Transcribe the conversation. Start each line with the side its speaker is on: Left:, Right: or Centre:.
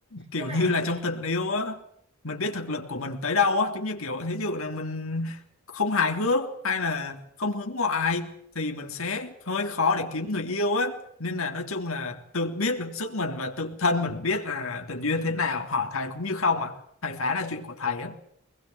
Left: kiểu
Right: nhưng mà á,
Left: như là trong tình yêu á mình biết thực lực của mình tới đâu á giống như kiểu thí dụ là mình không hài hước hay là không hướng ngoại thì mình sẽ hơi khó để kiếm người yêu á nên là nói chung là tự biết được sức mình và tự thân mình biết là tình duyên thế nào hỏi thầy cũng như không à thầy phá là chuyện của thầy á